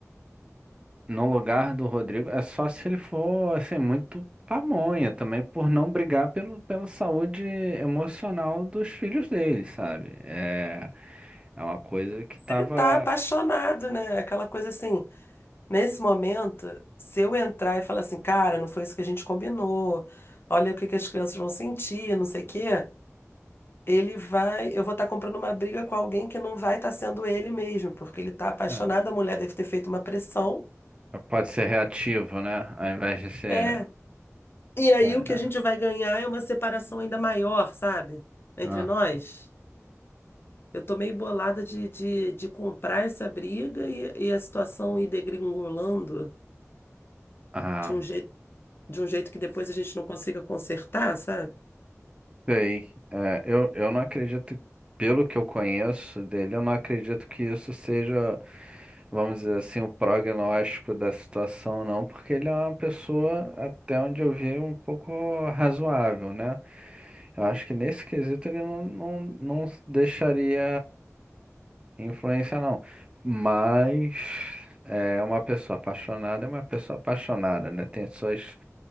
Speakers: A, on the right; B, on the left.
A: no lugar do Rodrigo, é só se ele for, assim, muito pamonha também, por não brigar pelo, pela saúde emocional dos filhos dele, sabe? É, é uma coisa que tava.
B: Ele tá apaixonado, né? Aquela coisa assim, nesse momento, se eu entrar e falar assim, cara, não foi isso que a gente combinou, olha o que que as crianças vão sentir, não sei o quê. ele vai. Eu vou estar comprando uma briga com alguém que não vai estar sendo ele mesmo, porque ele está apaixonado,
A: É,
B: a mulher deve ter feito uma pressão.
A: pode ser reativo, né? Ao invés de ser.
B: É. E aí
A: É,
B: o que
A: né?
B: a gente vai ganhar é uma separação ainda maior, sabe? Entre
A: Ah,
B: nós. Eu tô meio bolada de, de, de comprar essa briga e, e a situação ir degringolando
A: ah,
B: de um jeito, de um jeito que depois a gente não consiga consertar, sabe?
A: sei. É, eu, eu não acredito, pelo que eu conheço dele, eu não acredito que isso seja, vamos dizer assim, o prognóstico da situação, não, porque ele é uma pessoa, até onde eu vi, um pouco razoável, né? Eu acho que nesse quesito ele não, não, não deixaria influência, não. Mas é uma pessoa apaixonada, é uma pessoa apaixonada, né? Tem suas,